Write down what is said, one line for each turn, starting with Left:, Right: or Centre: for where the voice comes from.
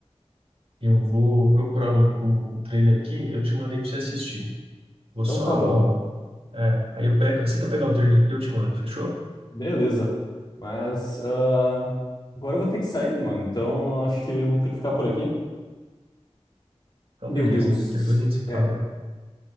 Right: Eu vou procurar o, o trailer aqui, eu te mandei pra você assistir. Vou
Left: Então
Right: só.
Left: tá bom.
Right: É, aí eu pego, assim que eu pegar o trailer aqui, eu te mando, fechou?
Left: Beleza. Mas ah, agora eu vou ter que sair, mano. Então acho que vamos ter que ficar por aqui.
Right: Então,
Left: Meu
Right: beleza.
Left: Deus.
Right: Depois a gente se
Left: É,
Right: fala.